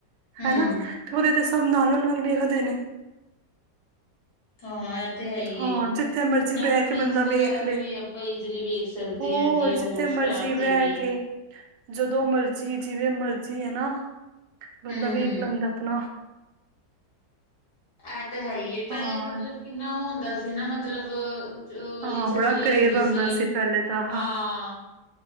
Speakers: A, on the left; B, on the right.
A: ਹੂੰ
B: ਹਨਾ, ਤੇ ਉਹਦੇ ਤੇ ਸਭ ਨਾਲੋਂ- ਨਾਲ ਵੇਖਦੇ ਨੇ।
A: ਹਾਂ ਇਹ ਤੇ ਹੈ ਹੀ
B: ਹਾਂ
A: ਹੈ
B: ਜਿੱਥੇ ਮਰਜ਼ੀ
A: ਨੈਟਫਲਿਕਸ
B: ਬਹਿ ਕੇ ਬੰਦਾ
A: ਵਗੈਰਾ
B: ਵੇਖ ਲੈ।
A: ਤੇ ਵੀ ਆਪਾਂ ਈਜ਼ਲੀ ਵੇਖ ਸਕਦੇ
B: ਹੋ
A: ਹਾਂ ਜੀਓ
B: ਰ ਜਿੱਥੇ
A: ਹੋਟਸਟਾਰ
B: ਮਰਜ਼ੀ ਬਹਿ
A: ਤੇ ਵੀ
B: ਕੇ। ਜਦੋਂ ਮਰਜ਼ੀ, ਜਿਵੇਂ ਮਰਜ਼ੀ, ਹੈ ਨਾ ਬੰਦਾ
A: ਹਮ
B: ਵੇਖ
A: ਹਮ
B: ਲੈਂਦਾ। ਆਪਣਾ
A: ਇਹ ਤੈ ਹੈ ਹੀ ਐ, ਪਹਿਲੇ
B: ਹਾਂ
A: ਮਤਲਬ ਕਿੰਨਾ ਉਹ ਹੁੰਦਾ ਸੀ ਨਾ ਮਤਲਬ। ਜੋ ਔਲੀ
B: ਹਾਂ
A: ਛੱਤਰੀ
B: ਬੜਾ ਕਰੇਜ਼
A: ਹੁੰਦੀ
B: ਆਉਂਦਾ
A: ਸੀ,
B: ਪਹਿਲੇ ਤਾਂ
A: ਹਾਂ।